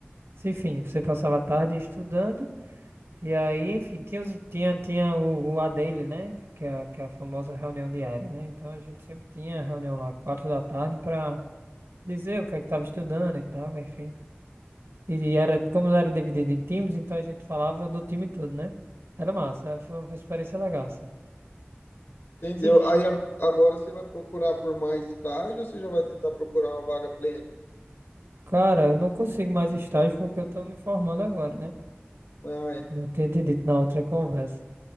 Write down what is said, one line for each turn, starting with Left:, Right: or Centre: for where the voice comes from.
Right: Se, Enfim, você passava a tarde estudando E aí, enfim, tinha, os- tinha, tinha o, o A dele, né? Que é, a- que é a famosa reunião diária, né? Então a gente sempre tinha reunião lá, quatro da tarde, pra dizer o que é que tava estudando e tal, enfim. E era, como era dividido em times, então a gente falava do time todo, né? Era massa, é, foi uma experiência legal, assim.
Left: Entendeu?
Right: Sim,
Left: Aí a- agora você vai procurar por mais estágio ou você já vai tentar procurar uma vaga plena?
Right: cara, eu não consigo mais estágio porque eu tô me formando agora, né?
Left: Ah, é.
Right: Não tinha te dito na outra conversa.